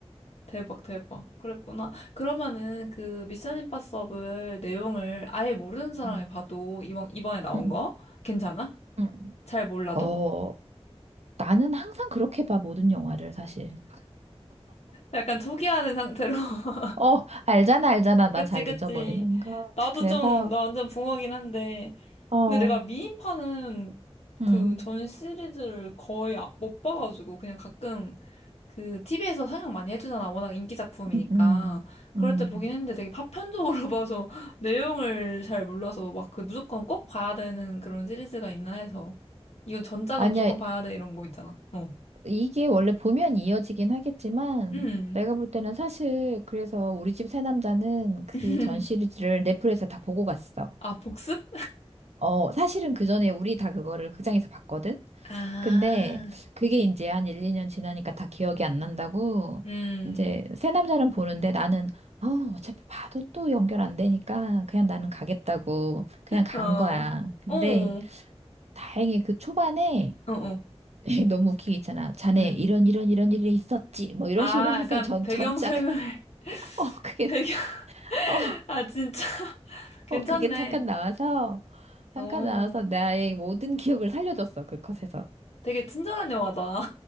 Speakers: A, on the left; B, on the right.
A: 대박, 대박. 그랬구나. 그러면은 그 미션 임파서블 내용을 아예 모르는 사람이
B: 응
A: 봐도 이번, 이번에 나온
B: 음,
A: 거? 괜찮아?
B: 음.
A: 잘 몰라도?
B: 어, 나는 항상 그렇게 봐, 모든 영화를, 사실.
A: 약간 초기화된 상태로. <laughs>
B: 어, 알잖아, 알잖아. 나
A: 그치,
B: 잘
A: 그치.
B: 잊어버리는 거.
A: 나도
B: 그래서,
A: 좀, 나 완전 붕어긴 한데.
B: 어,
A: 근데 내가 미인파는
B: 음,
A: 그 전 시리즈를 거의 아- 못 봐가지고 그냥 가끔 그 TV에서 상영 많이 해주잖아. 워낙 인기 작품이니까.
B: 음, 음.
A: 그럴
B: 음.
A: 때 보긴 했는데 되게 파편적으로 <laughs> 봐서 내용을 잘 몰라서 막 그 무조건 꼭 봐야 되는 그런 시리즈가 있나 해서. 이건 전작은
B: 아니야,
A: 무조건 봐야 돼 이런 거 있잖아. 어.
B: 이게 원래 보면 이어지긴 하겠지만,
A: 음.
B: 내가 볼 때는 사실, 그래서 우리 집 새 남자는 그
A: <laughs>
B: 전 시리즈를 넷플릭스에 다 보고 갔어.
A: 아, 복습?
B: 어, 사실은 그 전에 우리 다 그거를 극장에서 봤거든?
A: 아.
B: 근데 그게 이제 한 1, 2년 지나니까 다 기억이 안 난다고
A: <laughs> 음.
B: 이제 새 남자는 보는데 나는 어, 어차피 봐도 또 연결 안 되니까 그냥 나는 가겠다고 그냥 간
A: 어.
B: 거야. 근데
A: 어.
B: 다행히 그 초반에
A: 어, 어.
B: <laughs> 너무 웃기게 있잖아. 자네
A: 음.
B: 이런 이런 이런 일이 있었지. 뭐 이런
A: 아,
B: 식으로 하면서
A: 약간
B: 전
A: 배경
B: 전작
A: 설명을.
B: <laughs>
A: <laughs>
B: 어 그게
A: 배경.
B: 어,
A: 아, 진짜. <laughs> 괜찮네.
B: 어 그게 잠깐 나와서 잠깐
A: 어.
B: 나와서 나의 모든 기억을 살려줬어. 그 컷에서.
A: 되게 친절한 영화다.